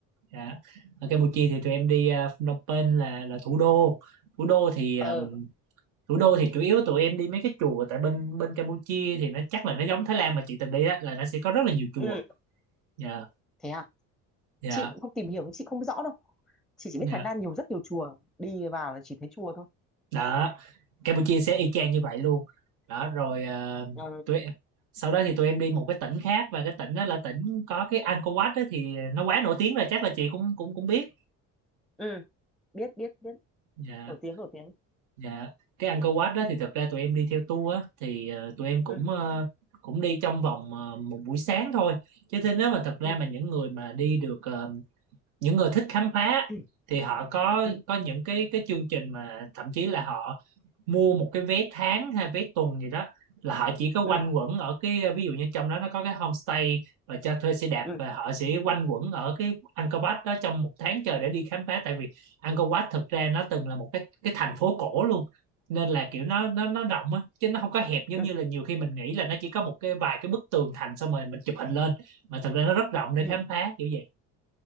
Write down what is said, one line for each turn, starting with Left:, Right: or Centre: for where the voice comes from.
Right: dạ, ở Campuchia thì tụi em đi ờ, Phnom Penh là là thủ đô thủ đô thì
Centre: ờ
Right: ờm, thủ đô thì chủ yếu tụi em đi mấy cái chùa tại bên bên Campuchia thì nó chắc là nó giống Thái Lan mà chị từng đi á là nó sẽ có rất là nhiều chùa
Centre: ừ
Right: Dạ
Centre: thế à
Right: dạ
Centre: chị cũng không tìm hiểu chị không rõ đâu chị chỉ
Right: dạ
Centre: biết Thái Lan nhiều rất nhiều chùa đi vào là chỉ thấy chùa thôi
Right: đó Campuchia sẽ y chang như vậy luôn đó rồi ờ,
Centre: ừ
Right: tụi em- sau đó thì tụi em đi một cái tỉnh khác và cái tỉnh đó là tỉnh có cái Angkor Wat đó thì nó quá nổi tiếng rồi chắc là chị cũng cũng cũng biết
Centre: ừ biết biết biết
Right: dạ
Centre: nổi tiếng nổi tiếng
Right: dạ cái Angkor Wat đó thì thực ra tụi em đi theo tour á thì ờ, tụi em cũng
Centre: ừ
Right: ờ, cũng đi trong vòng ờ, một buổi sáng thôi chứ thế nếu mà thực ra
Centre: ừ
Right: mà những người mà đi được ờ, những người thích khám phá
Centre: ừ
Right: thì họ có
Centre: ừ
Right: có những cái cái chương trình mà thậm chí là họ mua một cái vé tháng hay vé tuần gì đó là họ chỉ có quanh
Centre: ừ
Right: quẩn ở cái ví dụ như trong đó nó có cái homestay và cho thuê xe đạp
Centre: ừ
Right: và họ sẽ quanh quẩn ở cái Angkor Wat đó trong một tháng trời để đi khám phá tại vì Angkor Wat thực ra nó từng là một cái cái thành phố cổ luôn nên là kiểu nó nó nó rộng á chứ nó không có hẹp giống
Centre: ừ
Right: như là nhiều khi mình nghĩ là nó chỉ có một cái vài cái bức tường thành xong rồi mình chụp hình lên mà thật ra nó rất rộng để
Centre: ừ
Right: khám phá kiểu vậy